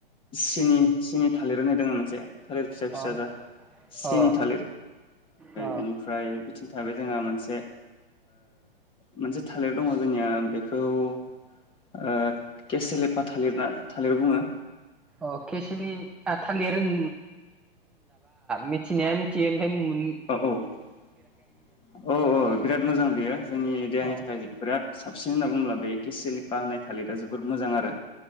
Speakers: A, on the left; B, in the centre.
A: सिनि सिनि थालिर होनाय दंङो मोनसे थालिर फिसा - फिसा
B: अ
A: जा सिनि
B: अ
A: थालिर
B: अ
A: बिनिफ्राय बिथिं थाहैबाय जोंहा मोनसे मोनसे थालिर दंङो जोंनिया बेखौ ओ केसेलेपा थालिर थालिर बुंङो।
B: अ केसिलि थालिर <unintelligible> <unintelligible> मिथिनाया मिथियो ओम
A: औ - औ - औ - औ बिराद मोजां बेयो जोंनि
B: अ
A: देहानि थाखाय बिराद साबसिन होनना बुंङोब्ला बे केसिलि बानाय थालिरा जोबोद मोजां आरो